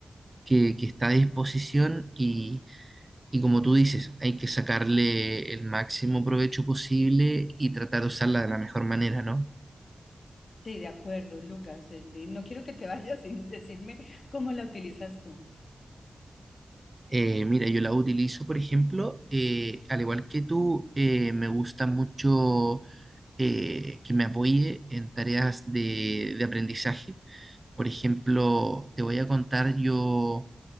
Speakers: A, on the right (about 25°); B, on the left (about 55°).
A: que, que está a disposición y, y como tú dices, hay que sacarle el máximo provecho posible y tratar de usarla de la mejor manera, ¿no?
B: Sí, de acuerdo, Lucas. eh, y No quiero que te <laughs> vayas sin decirme cómo la utilizas tú.
A: Eh, mira, yo la utilizo, por ejemplo, eh, al igual que tú, eh, me gusta mucho eh, que me apoye en tareas de, de aprendizaje. Por ejemplo, te voy a contar, yo